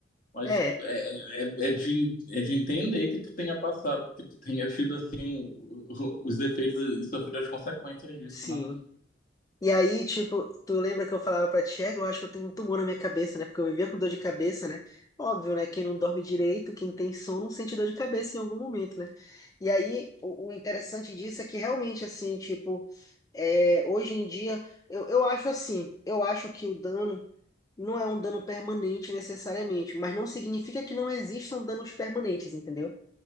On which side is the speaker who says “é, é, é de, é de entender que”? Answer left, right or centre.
Left